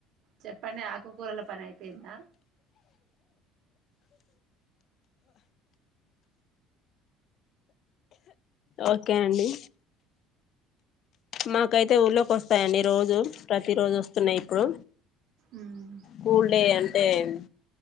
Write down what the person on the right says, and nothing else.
చెప్పండి ఆకుకూరల పని అయిపోయిందా
మ్మ్